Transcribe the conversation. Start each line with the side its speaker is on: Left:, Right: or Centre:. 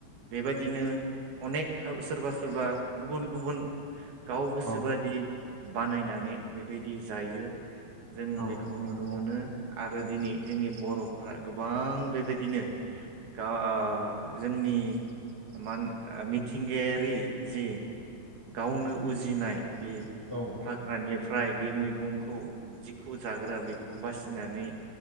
Right: बेबायदिनो अनेख सोरबा सोरबा गुबुन गुबुन गाव गोसोबादि
Centre: औ
Right: बानायनानै बेबायदि जायो। जों
Centre: औ
Right: बेखौ
Centre: नंगौ
Right: नुनो मोनो आरो दिनै जोंनि बर'फ्रा गोबां बेबायदिनो गा ओ जोंनि मा मिथिंगायारि जि गावनो उजिनाय बे
Centre: औ
Right: हाग्रानिफ्राय बे मैगंखौ जिखौ जाग्रा बेखौ बासिनानै